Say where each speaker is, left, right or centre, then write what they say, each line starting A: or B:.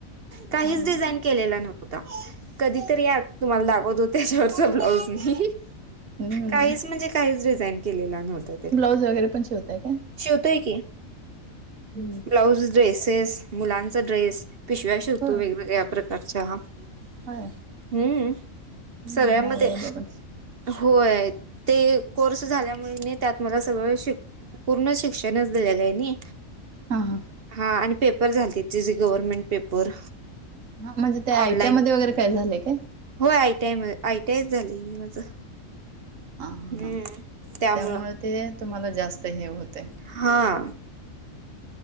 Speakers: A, on the right; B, on the right.
A: काहीच
B: हा हा
A: डिझाईन
B: हा
A: केलेला नव्हता कधीतरी या तुम्हाला दाखवत हो त्याच्यावरचा ब्लाऊज मी
B: हम्म
A: काहीच म्हणजे काहीच डिझाईन केलेला नव्हता त्याला
B: ब्लाउज वगैरे पण चिऊताई काय?
A: शिवतोय की
B: हम्म
A: ब्लाऊज ड्रेसेस मुलांच ड्रेस पिशव्या शिवतोय
B: होय
A: वेगवेेगळ्या प्रकारच्या हम्म
B: होय हम्म
A: सगळ्यामध्ये
B: भारी आहे बाबा
A: होय ते कोर्स झाल्यामुळे त्यात मला सगळं शिक पूर्ण शिक्षणच दिलेलं आहे
B: हा हा.
A: हा आणि पेपर झालतीत जे, जे गव्हर्नमेंट पेपर
B: हा म्हणजे त्या आयटी
A: ऑनलाईन.
B: या मध्ये वगैरे काय झालंय काय
A: होय आयटीय आयटीयच झाली माझं
B: हा हा
A: हम्म
B: हा
A: त्यामुळं
B: त्यामुळे ते तुम्हाला जास्त हे होतंय
A: हां